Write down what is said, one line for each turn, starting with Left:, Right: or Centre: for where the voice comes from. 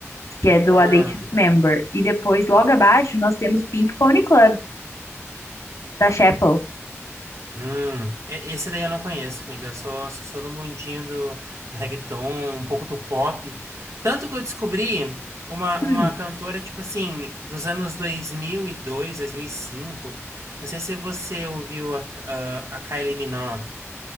Left: que é do
Right: Ah,
Left: A Day to Remember. E depois, logo abaixo, nós temos Pink Pony Club, da Chapel.
Right: hum. E- Esse daí eu não conheço, amiga. Eu só só sou do mundinho do, do reggaeton, um pouco do pop. Tanto que eu descobri uma,
Left: Hum.
Right: uma cantora, tipo assim, dos anos dois mil e dois, dois mil mil e e cinco. Não sei se você ouviu a, a, a Kylie Minogue.